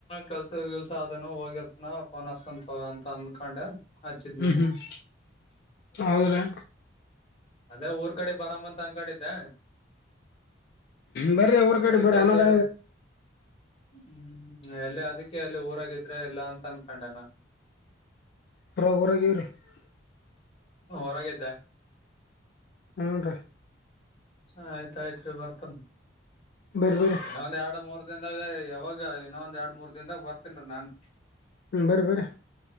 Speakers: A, on the left (about 35°); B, on the left (about 55°).
A: ಕೆಲ್ಸ ಕೆಲ್ಸ ಅದೇನು ಹೋಗಿರ್ತನ ಫೋನ್ ಅಸ್ಂತ ಅಂತ ಅಂದ್ಕೊಂಡೆ ಹಚ್ಚಿದ್
B: ಹ್ಮ್
A: ನೀನ್
B: ಹ್ಮ್ ಹೌದ್ರೆ
A: ಅದೇ ಊರ್ ಕಡೆ ಬರಾಮ ಅಂತ ಅನ್ಕೊಂಡಿದ್ದೆ
B: ಬರ್ರ ಊರ್ ಕಾಡೆ
A: ಅದಕ್ಕೆ
B: ಬರ್ರಿ <unintelligible>
A: ಅಲ್ಲಿ
B: ಅಣದ
A: ಹ್ಮ್ ಎಲ್ಲಿ ಅದಕ್ಕೆ ಅಲ್ಲಿ ಊರಾಗಿದ್ರೆ ಇಲ್ಲ ಅಂತ ಅನ್ಕೊಂಡೆ ನು
B: ಪರಾಪರಗ <unintelligible>
A: ಹೊರಾಗಿದ್ದ
B: ಹ್ನ್ ರೀ
A: ಹ ಆಯ್ತು ಆಯ್ತ್ರಿ ಬರ್ತಾನ
B: ಬರಿ ಬರಿ
A: ಇನ್ನ ಒಂದ್ ಎರಡು ಮೂರ್ ದಿನ ಇಲ್ಲಾಗ <unintelligible> ಯಾವಾಗ ಏನೋ ಒಂದ್ ಎರಡ್ ಮೂರ್ ದಿನದಾಗ ಬರ್ತನ್ರೀ ನಾನು
B: ಬರಿಬರಿ